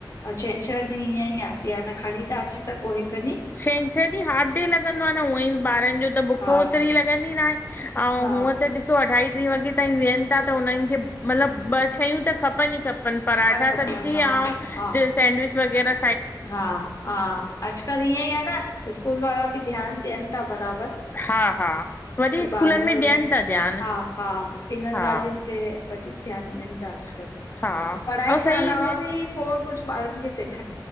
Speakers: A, on the left; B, on the left.
A: ऐं छंछरु ॾींहुं इअं ई आहे कि न खणी ता अची सघो हिकु ॾींहुं।
B: छंछरु ॾींहुं हाफ डे लॻंदो आ न हूअं ई बि ॿारनि जो, त बुख
A: हा
B: ओतिरी लॻंदी नाहे। आऊं
A: हा
B: हूअं त ॾिसो अढाई टीं वॻे ताईं वेहनि था त हुनहनि खे मतलबु ॿ शयूं त खपनि ई खपनि। खन, पराठा
A: खपनि
B: सब्जी
A: हा
B: आऊं
A: हा।
B: सैंडविच वगैरह।
A: हा हा अॼुकल्ह ईअं ई आ न स्कूल वारा बि ध्यानु ॾियनि था बराबरि।
B: हा हा वरी
A: कि
B: स्कूलनि
A: ॿारनि जे
B: में ॾियनि
A: लाइ,
B: था ध्यानु
A: हा हा। इन्हनि
B: हा
A: ॻाल्हियुनि ते वधीक ध्यानु ॾियनि था अॼुकल्ह,
B: हा
A: पढ़ाई
B: ऐं
A: खां
B: सही
A: अलावा बि खोड कुझु ॿारनि खे सिख